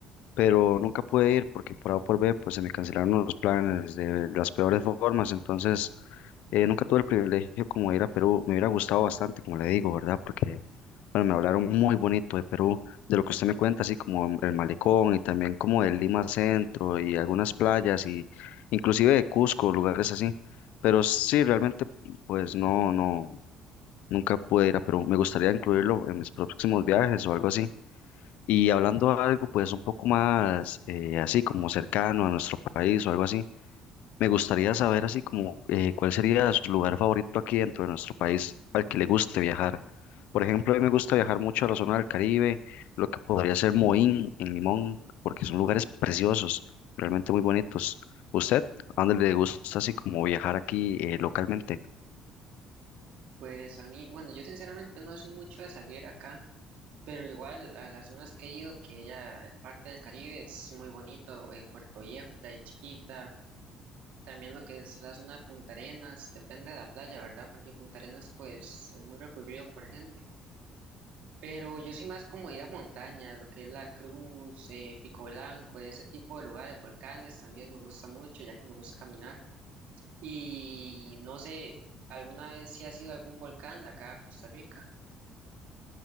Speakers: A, on the left; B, on the right.
A: pero nunca pude ir porque por A o por B pues se me cancelaron los planes de las peores formas, entonces Eh, nunca tuve el privilegio como de ir a Perú, me hubiera gustado bastante, como le digo, ¿verdad? Porque, bueno, me hablaron muy bonito de Perú, de lo que usted me cuenta, así como el malecón y también como de Lima Centro y algunas playas y inclusive de Cusco, lugares así. Pero sí, realmente, pues no, no, nunca pude ir a Perú. Me gustaría incluirlo en mis próximos viajes o algo así. Y hablando algo, pues un poco más eh, así como cercano a nuestro país o algo así. Me gustaría saber así como eh, cuál sería su lugar favorito aquí dentro de nuestro país al que le guste viajar. Por ejemplo, a mí me gusta viajar mucho a la zona del Caribe, lo que podría ser Moín en Limón, porque son lugares preciosos, realmente muy bonitos. ¿Usted, a dónde le gusta así como viajar aquí eh, localmente?
B: pues a mí, bueno, yo sinceramente no soy mucho de salir acá. Pero igual a las zonas que he ido, que ya parte del Caribe es muy bonito, eh, Puerto Viejo, Playa Chiquita, también lo que es la zona de Punta Arenas, depende de la playa, ¿verdad? Porque Punta Arenas pues es muy recurrido por gente. Pero yo soy más como ir a montaña, lo que es La Cruz, eh, Pico Blanco, ese tipo de lugares, volcanes también me gusta mucho, ya que me gusta caminar. Y no sé, ¿alguna vez si has ido a algún volcán de acá a Costa Rica?